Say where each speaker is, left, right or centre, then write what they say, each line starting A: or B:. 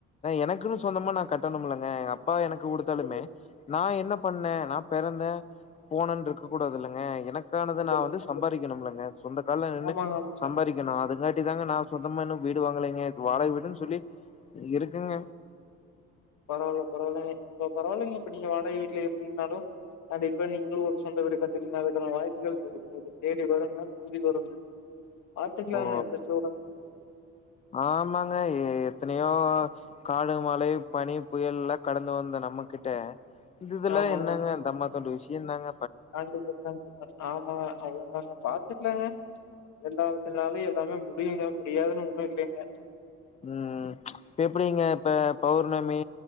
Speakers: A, on the left (about 25°); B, on the left (about 75°).
A: எனக்குனு சொந்தமா நா கட்டணு இல்லங்க எங அப் பா எனக்கு குடுத்தாலுமே
B: கண்டிப்பா கண்டிப்பா
A: நா என்ன பண்ணே நா பிறந்தே போனேனு இருக்க கூடாது இல்லே‌ங்க எனக்கு க்கானது
B: கண்டிப்பா
A: நா வந்து
B: கண்டிப்பாங்க
A: சம்பாரிக்கணுலம்ங்க சொந்த கால்ல நின்னு
B: ஆமாங்க ஆமாங்க
A: சம்பாரிக்கணு அதுங்காட்டி இதாங்க நா சொந்தமா இன்னும் வீடு வாங்கலங்கது வாடக வீடுன்னு சொல்லி இருக்குங்க
B: பரவால்ல பரவால்லைங்க இப்ப பரவாயில்லைங்க இப்ப நீங்க வாடக வீட்டுல இருந்தீங்கன்னாலு அட இப்ப நீங்களும் ஒரு சொந்த வீடு கட்டறீங்க அதுக்கான வாய்ப்புகள் தேடி வருங்க கூடி வருங்க பாத்துக்கலாங்க
A: ஓ
B: பேச்சோடங்
A: ஆமாங்க ஏ எத்னையோ காடு மலை பனி புயல் எல்லா கடந்து வந்த நம்ம கிட்ட இதுக்கெலலா
B: ஆமாங்க
A: என்னங்க தம்மாதுண்டு விஷ்யோந்தாங்க
B: கண்டிப்பா கண்டிப்பா ஆமா அவ்ளோ தாங்க பாத்துக்குலாங்க எல்லாருத்தினாலும் எல்லாமே முடியுங்க முடியாதுனு ஒண்ணு இல்லீங்க
A: உம் எப்டிங்க இப்ப பௌர்ணமி